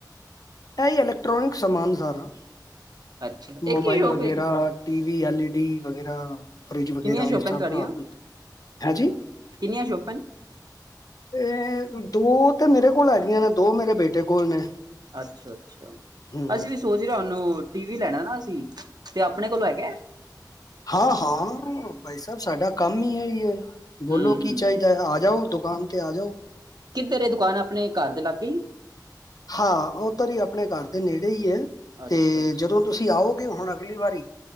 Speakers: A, on the left (about 55°); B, on the right (about 65°).
A: ਇਹ ਹੀ ਏ ਅਲੈਕਟ੍ਨਿਕ ਸਮਾਨ ਸਾਰਾ
B: ਅੱਛਾ
A: ਮੋਬਾਈਲ
B: ਇੱਕ ਹੀ ਸ਼ੋਪ
A: ਵਗੈਰਾ
B: ਹੈ
A: T V L E D ਵਗੈਰਾ ਫਰਿਜ ਵਗੈਰਾ
B: ਕਿੰਨੀਆਂ ਸ਼ੋਪਾਂ
A: ਇਹ ਸਭ
B: ਨੇ ਤੁਹਾਡੀਆਂ
A: ਆਪ ਹੈ ਜੀ।
B: ਕਿੰਨੀਆਂ ਸ਼ੋਪਾਂ ਨੇ
A: ਇਹ ਦੋ ਤੇ ਮੇਰੇ ਕੋਲ ਹੈਗੀਆਂ ਨੇ ਦੋ ਮੇਰੇ ਬੇਟੇ ਕੋਲ ਨੇ।
B: ਅੱਛਾ ਅੱਛਾ
A: ਹੂੰ
B: ਅਸੀ ਵੀ ਤੋ ਜਰਾ ਉਹਨੂੰ ਟੀ ਵੀ ਲੈਣਾ ਨਾ ਅਸੀਂ ਤੇ ਆਪਣੇ ਕੋਲੋਂ ਹੈਗੇ।
A: ਹਾਂ ਹਾਂ ਭਾਈ ਸਾਹਿਬ ਸਾਡਾ ਕੰਮ ਹੀ ਏਹੀ ਹੈ। ਬੋਲੋ
B: ਹੂੰ ਹੂੰ
A: ਕੀ ਚਾਹੀਦਾ ਹੈ ਆ ਜਾਓ ਦੁਕਾਨ ਤੇ ਆ ਜਾਓ।
B: ਕਿੱਧਰ ਇਹ ਦੁਕਾਨ ਆਪਣੇ ਘਰ ਦੇ ਲਾਗੇ ਹੀ ਏ
A: ਹਾਂ ਉਧਰ ਹੀ ਆਪਣੇ ਘਰ ਦੇ ਨੇੜੇ ਹੀ ਹੈ
B: ਅੱਛਾ
A: ਤੇ
B: ਅੱਛਾ
A: ਜਦੋਂ ਤੁਸੀਂ ਆਓ ਵੀ ਹੁਣ ਅਗਲੀ ਵਾਰੀ